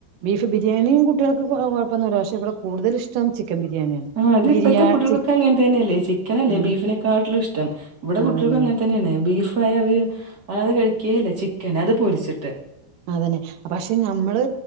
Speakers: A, on the right; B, on the right.
A: ബീഫ്‌ ബിരിയാണിയും കുട്ടികൾക്ക് കുഴപ്പൊന്നുല്ല പക്ഷേ ഇവിടെ കൂടുതല് ഇഷ്ടം ചിക്കൻ ബിരിയാണിയാണ്
B: ആഹ് അത്
A: ബിരിയാ
B: ഇപ്പഴത്തെ കുട്ടികൾകൊക്കെ
A: ചി
B: അങ്ങനെ തന്നെയല്ലേ ചിക്കനല്ലേ
A: ആ
B: ബീഫിനെക്കാട്ടിലും ഇഷ്ടം ഇവിടെ കുട്ടികൾക്കും
A: അതന്നെ
B: അങ്ങനെ തന്നെയാണ് ബീഫായ അത് വല്ലാതെ കഴിക്കേ ഇല്ല ചിക്കന് അത് പൊര്ച്ചിട്ട്
A: അതന്നെ പക്ഷെ നമ്മള്